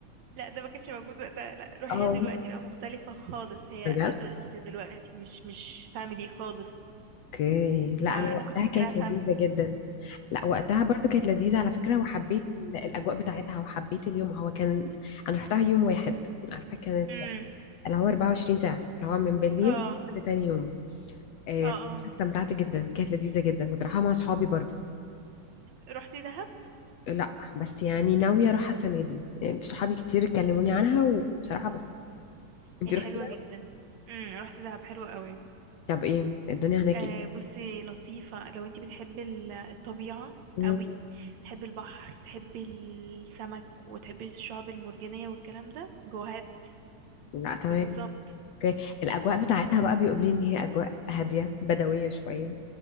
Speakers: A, on the right (about 65°); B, on the left (about 70°).
A: لا ده ما كانش موجود وقتها لا روحيها
B: اه
A: دلوقتي بقى مختلفة خالص هي
B: بجد
A: ادلت دلوقتي مش مش فاميلي خالص
B: اوكي لا
A: فانا
B: انا وقتها
A: كنت فاكراها
B: كانت لذيذة جدا لا وقتها
A: فاميلي
B: برضو كانت لذيذة على فكرة وحبيت ال- الاجواء بتاعتها وحبيت اليوم هو كان انا رحتها يوم واحد عارفة كانت
A: امم
B: اللي هو 24 ساعة اللي هو من بالليل
A: اه
B: لحد تاني يوم آه،
A: اه
B: بصراحة
A: اه
B: استمتعت جدا كانت لذيذة جدا كنت رايحة مع صحابي برضو
A: رحتي دهب
B: لا بس يعني ناوية اروحها السنة دي إيه، صحابي كتير كلموني عنها وبصراحة بفكر انتي
A: هي حلوة
B: روحتيها
A: جدا امم رحت دهب حلوة قوي
B: طب ايه الدنيا هناك
A: آه
B: ايه
A: بصي لطيفة لو انتي بتحبي ال- الطبيعة
B: مم.
A: قوي تحبي البحر تحبي السمك وتحبي الشعب المرجانية والكلام ده جوهات
B: لا تمام
A: بالظبط
B: اوكي الاجواء بتاعتها بقى بيقولوا لي ان هي اجواء هادية بدوية شوية